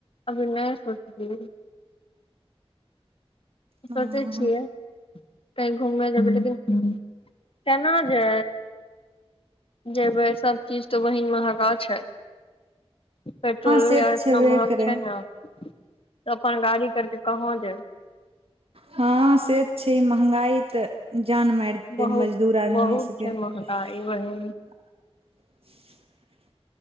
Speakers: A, on the left (about 60°); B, on the right (about 65°).
A: अभी नहि सोच लिए
B: हँ
A: सोचय छियै कहीँ घूमय जेबै लेकिन केना जे जेबै सभचीज तऽ बहिन महगा छै पेट्रोलो
B: से तऽ
A: आर
B: छेबे
A: एतना महग
B: करै
A: छै ने तऽ अपन गाड़ी करके कहाँ जएब
B: हँ से तऽ छै महंगाई तऽ जान मारि देतय
A: बहुत
B: मजदूर आदमी
A: बहुत
B: सबके
A: छै
B: <unintelligible>
A: महगाई बहिन